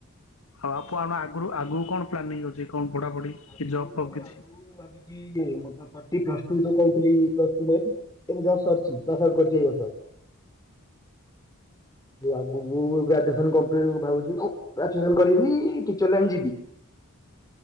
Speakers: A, on the left; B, on the left.
A: ଆଉ ଆ ଆଣ ଆଗରୁ ଆଗକୁ କଣ ପ୍ଲାନିଂ ଅଛି କଣ ପଢାପଢି?
B: ଆଗରୁ
A: କି ଜବ୍ ଫବ୍
B: ମୋର
A: କିଛି?
B: ଆଗରୁ ଭାବି ମୁଁ ତ ପ୍ଲସ୍ ଟୁ ତ କହୁଥିଲି ପ୍ଲସ୍ ଟୁ ଏମିତି ସରିଛି କରି ବ <unintelligible> ଆଗକୁ ଗ୍ରାଜୁଏସନ କମ୍ପିଲ୍ଟି ଭାବୁଚି ଗ୍ରାଜୁଏସନ କରିବି ଟିଚର ଲାଇନି ଯିବି।